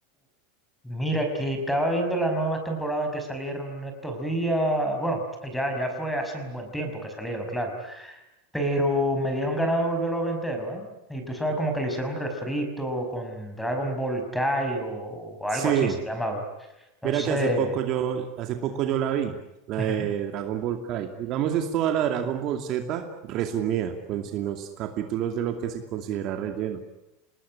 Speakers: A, in the centre; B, on the right.
A: Mira, que estaba viendo las nuevas temporadas que salieron en estos días. Bueno, ya, ya fue hace un buen tiempo que salieron, claro. Pero me dieron ganas de volverlo a ver entero, ¿eh? Y tú sabes como que le hicieron un refrito con Dragon Ball Kai o, o
B: Sí,
A: algo así se llamaba. Entonces,
B: mira que hace poco yo, hace poco yo la vi, la
A: ujú.
B: de Dragon Ball Kai. Digamos, es toda la Dragon Ball Z resumida, con sin los capítulos de lo que se considera relleno.